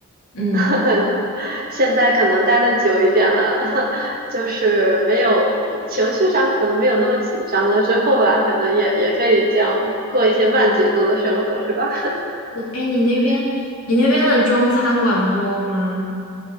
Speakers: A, on the left (about 80°); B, on the right (about 45°).
A: 嗯，
B: <laughs> 现在可能待的久一点了，<laughs> 就是没有情绪上可能没有那么紧张了，之后吧，可能也也可以这样过一些慢节奏的生活，是吧？
A: 哎，你那边你那边的中餐馆多吗？